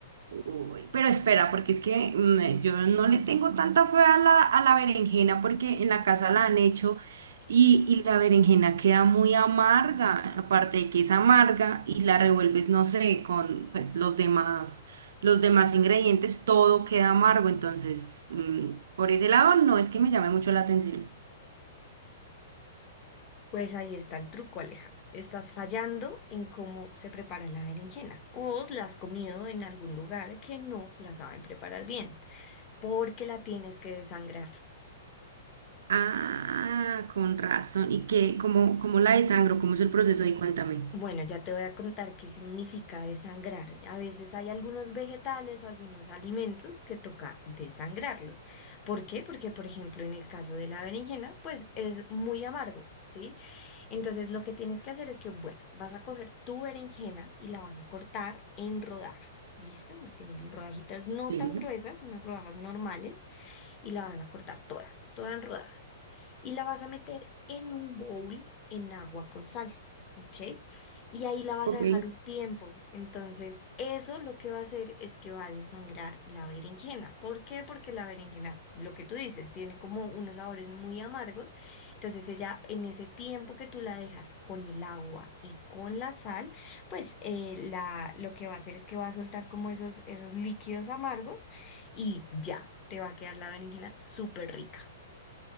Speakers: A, on the right; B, on the left.
A: Uy, pero espera, porque es que mm, eh, yo no le tengo tanta fe a la, a la berenjena porque en la casa la han hecho y, y la berenjena queda muy amarga, aparte de que es amarga y la revuelves, no sé, con pues, los demás, los demás ingredientes, todo queda amargo, entonces mm, por ese lado no es que me llame mucho la atención.
B: Pues ahí está el truco, Aleja. Estás fallando en cómo se prepara la berenjena o la has comido en algún lugar que no la saben preparar bien, porque la tienes que desangrar.
A: Ah, con razón. ¿Y qué, cómo, cómo la desangro? ¿Cómo es el proceso ahí? Cuéntame.
B: Bueno, ya te voy a contar qué significa desangrar. A veces hay algunos vegetales o algunos alimentos que toca desangrarlos. ¿Por qué? Porque, por ejemplo, en el caso de la berenjena, pues es muy amargo, ¿sí? Entonces, lo que tienes que hacer es que, bueno, vas a coger tu berenjena y la vas a cortar en rodajas, ¿listo? En en rodajitas no
A: Sí,
B: tan gruesas, unas rodajas normales y la vas a cortar toda, toda en rodajas. Y la vas a meter en un bowl en agua con sal, ¿ok? Y ahí la vas
A: ok.
B: a dejar un tiempo. Entonces, eso lo que va a hacer es que va a desangrar la berenjena. ¿Por qué? Porque la berenjena, lo que tú dices, tiene como unos sabores muy amargos. Entonces, ella en ese tiempo que tú la dejas con el agua y con la sal, pues eh, la, lo que va a hacer es que va a soltar como esos, esos líquidos amargos y ya, te va a quedar la berenjena súper rica.